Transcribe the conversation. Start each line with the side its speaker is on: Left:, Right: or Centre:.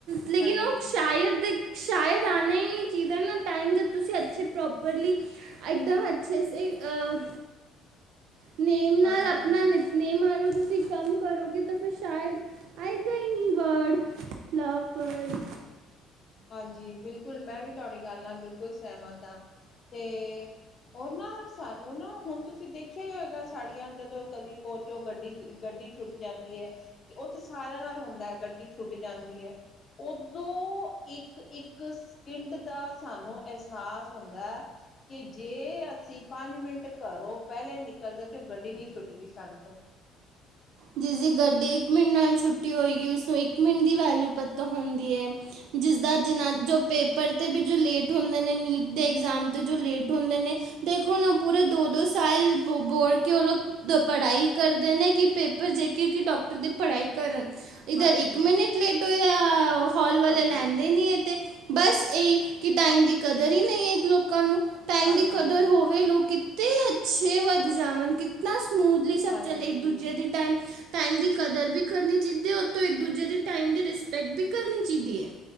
Right: ਲੇਕਿਨ
Left: ਹਾਂਜੀ
Right: ਉਹ ਸ਼ਾਇਦ ਸ਼ਾਇਦ ਆਣਾ ਈ ਨਹੀਂ ਚਾਹੀਦਾ ਨਾ, ਟਾਈਮ ਜਦ ਤੁਸੀਂ ਅੱਛੇ ਪ੍ਰੋਪਰਲੀ ਇਕਦਮ ਅੱਛੇ ਸੇ ਅ ਨੇਮ ਨਾਲ
Left: ਹਾਂਜੀ
Right: ਅਪਨਾ ਨਿ ਨੇਮ ਅਨੁਸਾਰ ਤਸੀ ਕੰਮ ਕਰੋਗੇ ਤਾਂ ਫਿਰ ਸ਼ਾਇਦ, ਆਏਗਾ ਹੀ ਨਹੀਂ ਵਰਡ। ਲਫਜ
Left: ਹਾਂਜੀ, ਬਿਲਕੁਲ ''ਮੈਂ ਵੀ ਤੁਹਾਡੀ ਗੱਲ ਨਾਲ ਬਿਲਕੁਲ ਸਹਿਮਤ ਹਾਂ, ਅਤੇ ਉਰ ਨਾ, ਸਾਨੂੰ ਨਾ, ਹੁਣ ਤੁਸੀਂ ਦੇਖ ਵੇਖਿਆ ਹੀ ਹੋਏਗਾ ਸਾੜੀਆਂ, ਜਦੋਂ ਕਦੀ ਪਹੋਚੋ ਗੱਡੀ, ਗੱਡੀ ਟੁੱਟ ਜਾਂਦੀ ਐ। ਕਿ ਉਹ ਤੇ ਸਾਰਿਆਂ ਨਾਲ ਹੁੰਦਾ ਹੈ, ਗੱਡੀ ਛੁੱਟ ਜਾਂਦੀ ਏ, ਉਦੋਂ ਇੱਕ-ਇੱਕ ਸਕਿੰਟ ਦਾ ਸਾਨੂੰ ਅਹਿਸਾਸ ਹੁੰਦਾ ਕਿ ਜੇ, ਅਸੀਂ ਪੰਜ ਮਿੰਟ ਘਰੋਂ ਪਹਿਲੇ ਨਿਕਲਦੇ ਤੇ ਉਹ ਗੱਡੀ ਨਹੀਂ ਛੁੱਟ ਗਈ ਸਾਡੇ ਕੋਲ।
Right: ਜਿਸਦੀ ਗੱਡੀ ਇੱਕ ਮਿੰਟ ਨਾਲ‌ ਛੁੱਟੀ ਹੋਏਗੀ, ਉਸਨੂੰ ਇੱਕ ਮਿੰਟ ਦੀ ਵੈਲਿਊ ਪੱਤਾ ਹੋਂਦੀ ਏ। ਜਿਸਦਾ ਜਿਨਾ, ਜੋ ਪੇਪਰ 'ਤੇ ਵੀ, ਜੋ ਲੇਟ ਹੁੰਦੇ ਨੇ ਨੀਟ ਦੇ ਇਗਜ਼ਾਮ 'ਤੇ ਜੋ ਲੇਟ ਹੁੰਦੇ ਨੇ। ਦੇਖੋ ਨਾ ਪੂਰੇ ਦੋ-ਦੋ ਸਾਲ, ਬੋਰਡ ਕੇ ਉਹ ਲੋਕ ਪੜ੍ਹਾਈ ਕਰਦੇ ਨੇ, ਕਿ ਪੇ ਪਰ ਜੇਕੇ ਕਿ ਡਾਕਟਰ ਦੇ ਪੜ੍ਹਾਈ ਕਰਨ। ਇੱਧਰ
Left: ਹਾਂਜੀ
Right: ਇੱਕ ਮਿੰਟ ਲੇਟ ਹੋਇਆ, ਓ ਹੌਲ ਵਾਲੇ
Left: ਹਾਂਜੀ
Right: ਲੈਂਦੇ ਨਹੀਂ ਏ, ਤੇ। ਬਸ ਏ ਈ, ਕਿ ਟਾਈਮ ਦੀ ਕਦਰ ਹੀ ਨਹੀਂ ਏ ਲੋਕਾਂ ਨੂੰ, ਟਾਈਮ
Left: ਹਾਂਜੀ
Right: ਦੀ ਕਦਰ ਹੋਵੇ ਲੋਕ ਕਿੱਤੇ ਅੱਛੇ ਵੱਧ ਜਾਵਣ, ਕਿਤਨਾ ਸਮੂਥਲੀ ਸਭ
Left: ਹਾਂਜੀ
Right: ਚਲੇ ਇੱਕ ਦੂਜੇ ਦੀ ਟਾਈਮ। ਟਾਈਮ ਦੀ ਕਦਰ ਵੀ ਕਰਨੀ ਚਾਹੀਦੀ ਏ, ਉਤੋ ਇੱਕ-ਦੂਜੇ ਦੀ ਟਾਈਮ ਦੀ ਰਿਸਪੈਕਟ ਵੀ ਕਰਨੀ ਚਾਹੀਦੀ ਏ।